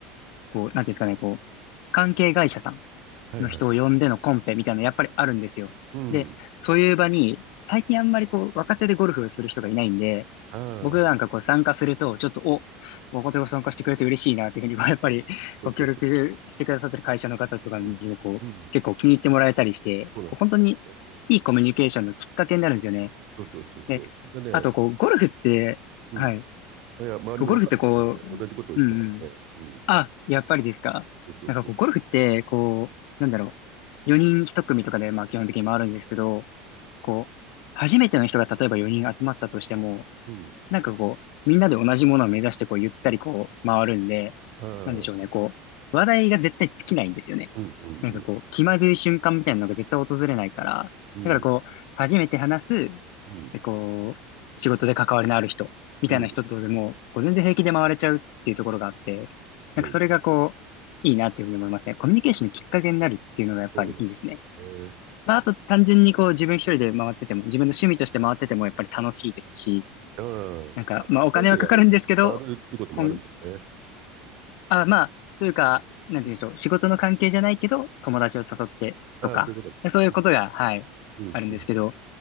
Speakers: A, on the left; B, on the right.
A: こう、なんていうんですかね、こう、関係会社さん
B: はいはい。
A: の人を呼んでのコンペみたいなのやっぱりあるんですよ。
B: うん。
A: で、そういう場に、最近あんまりこう、若手でゴルフをする人がいないんで、
B: ああ、
A: 僕なんかこう参加すると、ちょっと、お、若手が参加してくれて嬉しいな、というふうに、<laughs> まあやっぱり、
B: そうそうそうそ
A: ご協力してくださってる会社の方とかにもこう、
B: う。うん。うん。
A: 結構気に入ってもらえたりして、
B: そうなんで
A: こう本当にいいコミュニケーションのきっかけになるんですよね。
B: すね。そうそうそうそう。
A: で、
B: でね、
A: あと、こう、ゴルフって、
B: うん。
A: はい。
B: いや、周りの若い人はね、
A: こうゴルフってこう、
B: 同じことを言ってますね。
A: うんうん。
B: うん。
A: あ、やっぱりですか。
B: そうそうそう。
A: なんかこう、ゴルフって、こう、なんだろう。4人1組とかで、まあ基本的に回るんですけど、こう、初めての人が例えば4人集まったとしても、
B: うん。
A: なんかこう、みんなで同じものを目指して、こう、ゆったりこう、回るんで、
B: ああ、
A: なんでしょうね、
B: そう。
A: こう、話題が絶対尽きないんですよね。
B: うん、うん、
A: なんかこう、
B: うん。
A: 気まずい瞬間みたいなのが絶対訪れないから、
B: うん、
A: だからこう、初めて話す、
B: う
A: で、こう、仕事で関わりのある人、みたいな人とでも、
B: ん、うん。
A: こう、全然平気で回れちゃうっていうところがあって、
B: そうです。
A: なんかそれがこう、いいなっていうふうに思いますね。コミュニケーションのきっかけになるっていうのがやっぱりいいですね。
B: そうなんですね。
A: まあ、あと単純にこう、自分一人で回ってても、自分の趣味として回っててもやっぱり楽しいですし、
B: ああ、あ
A: なんか、まあ、お金はかかるんですけど、
B: 一人でやる、回るっていうこともあるんですね。
A: こん、あ、まあ、というか、なんて言うんでしょう。
B: うん
A: 仕事の関係じゃないけど、友達を誘ってとか、
B: ああ、そういうこと。
A: そういうことが、
B: う
A: はい、
B: ん、うん、
A: あるんですけど、
B: うん。